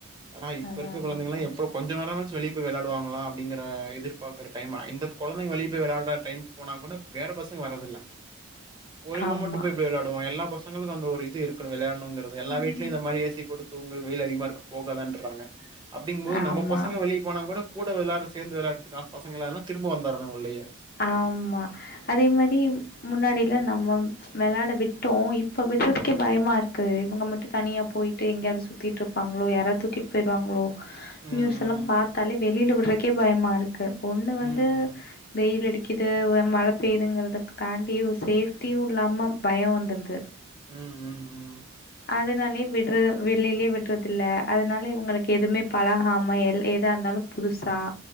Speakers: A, on the right; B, on the left.
A: ஆனா
B: அதான்
A: இப்ப இருக்க
B: அதான்
A: கொழந்தைங்கலா
B: அதான்
A: எப்போ கொஞ்சொ வாரம்மாச்சி வெளிய <unintelligible> வெளயாடுவாங்களா அப்டிங்கற எதிர்பார்கற டைம் இந்த கொழந்தைங்க வெளிய போய் வெளயாட்ற டைம் போனா கூட வேற பசங்க வரதில்ல. ஒரு இவ
B: ஆமா
A: மட்டு போய்போய் வெளயா இப்போ எல்லா பசங்களுக்கு அந்த ஒரு இது இருக்குனு வெளையாண் னோங்குறது எல்லா
B: ம்
A: வீட்லயு இந்த மாரி ஏசி போட்டு தூங்கு வெய்லு அதிகமா இருக்கு போகாதன்றாங்க அப்டிங்கு போது
B: ஆமா,
A: நம்ம பசங்க வெளிய போனா கூட கூட வெளாடற சேந்து வெளாடறதுக்க ஆச பசங்களனா திரும்ப வந்தரானுக உள்ளயே
B: ஆமா அதே மாரி முன்னாடியெல்லா நம்ம ம்ச் வெளாட விட் விட்டோ இப்போ விடறதுக்கே பயமா இருக்கு இவுங்க மட்டு தனியா போயிட்டு எங்கேயாது சுத்திட்ருப்பாங்ளோ யாரோ தூக்கிட் போயிருவாங்ளோ
A: ம்
B: நியூஸ் எல்லாம் பாத்தாலே வெ வெளில விட்றக்கே பயமா ருக்கு ஒன்னு
A: ம்
B: வந்து
A: ம்
B: வெயிலு அடிக்குது மழை பெய்துங்கறத தாண்டி ஒரு சேஃப்டியும் இல்லாம பயம் வந்துறுது
A: ம் ம் ம்
B: அதனாலயே விடுறது வெளிலே விட்டறது இல்லை அதனால இவங்களுக்கு எதுவுமே பழகாமையே எதா இருந்தாலும் புதுசா